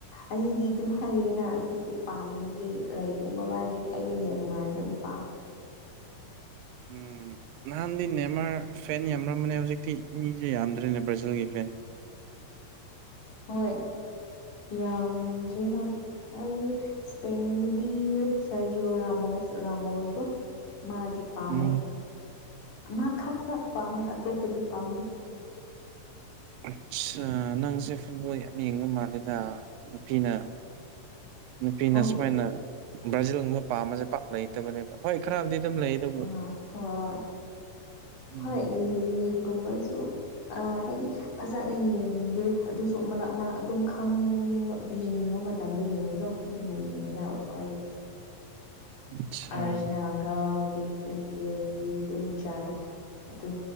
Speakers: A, on the left; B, on the right.
A: ꯑꯅꯤꯗꯤ ꯑꯗꯨꯝ ꯍꯩꯌꯦꯅ ꯑꯗꯨꯁꯨ ꯄꯥꯝꯕꯗꯤ ꯂꯩꯇꯦ ꯃꯕꯥꯅꯤꯗꯤ ꯑꯩꯗꯤ ꯅꯦꯝꯃ꯭ꯔ ꯑꯗꯨꯝ ꯄꯥꯝꯃꯦ
B: ꯎꯝ ꯅꯍꯥꯟꯗꯤ ꯅꯦꯝꯃ꯭ꯔ ꯐꯦꯟ ꯌꯥꯝꯔꯝꯕꯅꯦ ꯍꯧꯖꯤꯛꯇꯤ ꯃꯤꯁꯦ ꯌꯥꯝꯗꯔꯅꯦ ꯕ꯭ꯔꯥꯖꯤꯜꯒꯤ ꯐꯦꯟ
A: ꯍꯣꯏ ꯌꯥꯝꯗ꯭ꯔꯦ ꯍꯣꯏ ꯍꯥꯏꯗꯤ ꯏꯁꯄꯦꯟꯗꯗꯤ ꯁꯔꯖꯣ ꯔꯃꯣꯁ ꯔꯃꯣꯁꯗꯣ ꯃꯥꯗꯤ ꯄꯥꯝꯃꯦ
B: ꯎꯝ
A: ꯃꯥ ꯈꯛꯇ ꯄꯥꯝꯃꯦ ꯑꯇꯣꯞꯄꯗꯤ ꯄꯥꯝꯗꯦ
B: ꯑꯠꯆꯥ ꯅꯪꯁꯦ ꯐꯨꯠꯕꯣꯜ ꯌꯥꯝ ꯌꯦꯡꯕ ꯃꯥꯜꯂꯦꯗ ꯅꯨꯄꯤꯅ ꯅꯨꯄꯤꯅ
A: ꯍꯣꯏ
B: ꯁꯨꯃꯥꯏꯅ ꯕ꯭ꯔꯥꯖꯤꯜꯒꯨꯝꯕ ꯄꯥꯝꯕꯁꯦ ꯄꯥꯛ ꯂꯩꯇꯕꯅꯦꯕ ꯍꯣꯏ ꯈꯔ ꯑꯃꯗꯤꯗꯤ ꯑꯗꯨꯝ ꯂꯩ ꯑꯗꯨꯕꯨ
A: ꯑꯥ ꯍꯣꯏ
B: ꯎꯝ
A: ꯍꯣꯏ ꯂꯤꯛꯀꯨꯝꯕꯁꯨ ꯑ ꯍꯥꯏꯗꯤ ꯐꯖꯅ ꯌꯦꯡꯗꯦ ꯑꯗꯨꯁꯨ ꯃꯔꯛ ꯃꯔꯛ ꯑꯗꯨꯝ ꯈꯪꯕ ꯌꯦꯡꯅꯤꯡꯕ ꯃꯇꯝꯗ ꯌꯦꯡꯕꯗꯣ ꯑꯗꯨꯝ ꯌꯦꯡꯉꯦꯗ ꯑꯈꫭꯏꯗꯤ
B: ꯑꯆꯥ
A: <unintelligible> ꯑꯗꯨꯝ